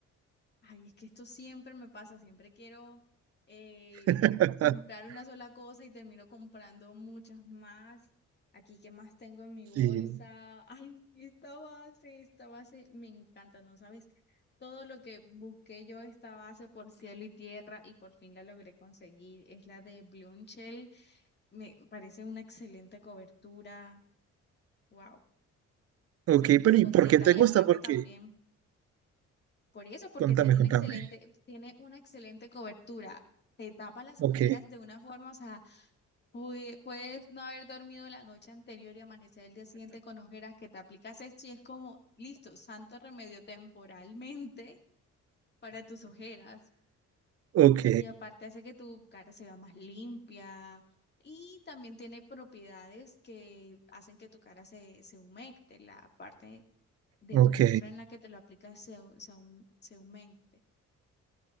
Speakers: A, on the left (about 35°); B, on the right (about 55°).
A: Ay, es que esto siempre me pasa, siempre quiero eh,
B: <laughs>
A: comprar una sola cosa y termino comprando muchas más. Aquí, ¿qué más tengo en mi bolsa?
B: Sí.
A: Ay, esta base, esta base me encanta, ¿no sabes? Todo lo que busqué yo esta base por cielo y tierra y por fin la logré conseguir. Es la de Blumshell, me parece una excelente cobertura. Wow, estoy
B: Ok,
A: súper
B: pero ¿y
A: contenta
B: por qué te
A: y
B: gusta?
A: aparte
B: Porque,
A: también Por eso, porque
B: contame,
A: tiene una
B: contame.
A: excelente, tiene una excelente cobertura. Te tapa las
B: Ok,
A: ojeras de una forma, o sea, pue- puedes no haber dormido la noche anterior y amanecer el día siguiente con ojeras, que te aplicas esto y es como, listo, santo remedio temporalmente <laughs> para tus ojeras.
B: ok,
A: Y aparte hace que tu cara se vea más limpia y también tiene propiedades que hacen que tu cara se, se humecte, la parte de
B: ok.
A: tu rostro en la que te lo aplicas se, se, hum- se humecte.